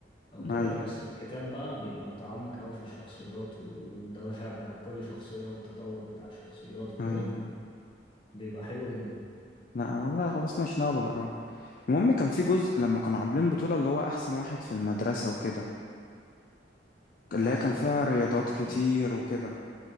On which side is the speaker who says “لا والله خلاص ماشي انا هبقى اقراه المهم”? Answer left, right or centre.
Left